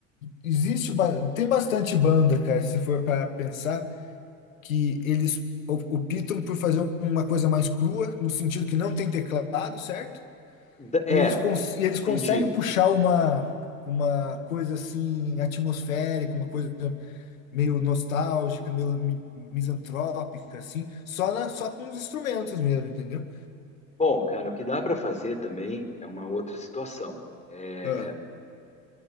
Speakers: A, on the left; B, on the left.
A: existe ba- tem bastante banda, cara, se for para pensar que eles o optam por fazer uma coisa mais crua, no sentido que não tem teclado, certo?
B: d-
A: E eles,
B: é,
A: cons e eles conseguem
B: entendi.
A: puxar uma, uma coisa assim atmosférica, uma coisa meio nostálgica, meio mi- misantrópica, assim, só, na, só com os instrumentos mesmo, entendeu?
B: Bom, cara, o que dá para fazer também é uma outra situação. É,
A: Ah,